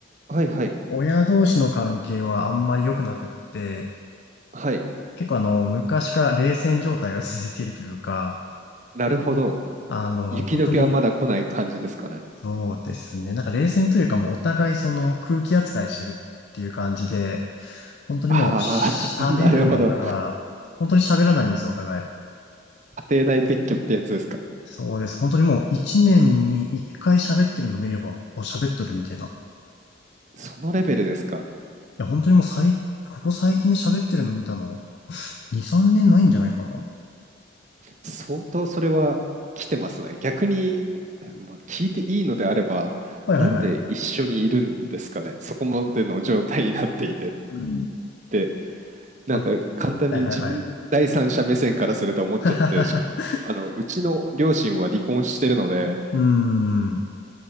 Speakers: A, on the right (about 35°); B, on the left (about 55°).
A: はいはい。
B: 親同士の関係はあんまり良くなくって、
A: はい。
B: 結構あの、昔から冷戦状態が続いているというか、
A: なるほど。
B: あの、
A: 雪解けはまだ来ない感じですかね。
B: 本当に、そうですね、なんか冷戦というかもうお互いその空気扱いしてるっていう感じで、本当にもう喋るのが、
A: ああ、<laughs> なるほど。
B: 本当に喋らないんですよ、お互い。
A: 家庭内別居ってやつですか。
B: そうです。本当にもう一年に一回喋ってるの見れば、あ、喋っとるみたいな。
A: そのレベルですか。
B: や、本当にもう最、ここ最近で喋ってるの見たの、2、3年ないんじゃないかな。
A: 相当それは来てますね。逆に、まあ、聞いていいのであれば、
B: はいはいはい。
A: なんで一緒にいるんですかね。そこまでの状態になっていてっ
B: うん。
A: て。なんか簡単に自分、
B: まはいはいはい。
A: 第三者目線からすると思っちゃって、
B: <laughs>
A: しかも、あの、うちの両親は離婚してるので、
B: うーん。